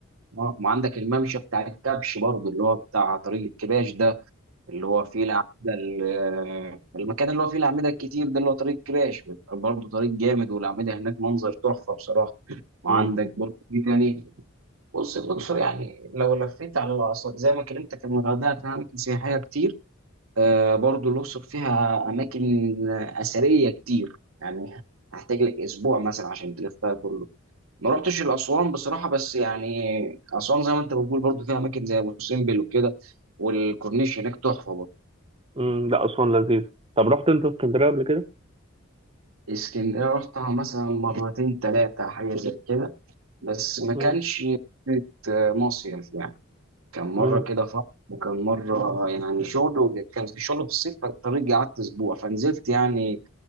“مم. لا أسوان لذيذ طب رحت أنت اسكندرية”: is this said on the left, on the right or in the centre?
Right